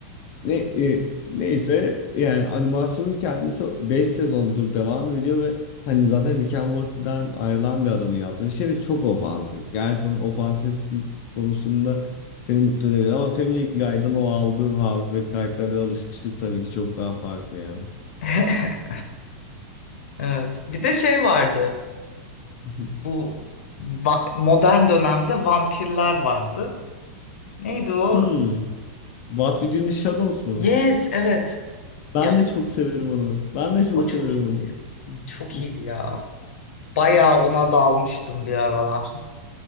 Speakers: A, on the left; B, on the left.
A: Ne, e, neyse yani animasyonun kendisi 5 sezondur devam ediyor ve hani zaten Rick and Morty'den ayrılan bir adamın yaptığı bir şey ve çok ofansif. Gerçekten ofansiflik konusunda seni mutlu edebilir ama Family Guy'dan o aldığın haz ve karakterlere alışmışlık tabii ki çok daha farklı yani.
B: <laughs> Evet. Bir de şey vardı.
A: <laughs>
B: Bu va- modern dönemde vampirler vardı. Neydi o?
A: Hmm. What We Do in the Shadows mu?
B: Yes, evet.
A: Ben
B: Ya
A: de çok severim onu. Ben de çok
B: o
A: severim
B: çok iyiydi.
A: onu.
B: Çok
A: <laughs>
B: iyiydi ya. Bayağı ona dalmıştım bir aralar.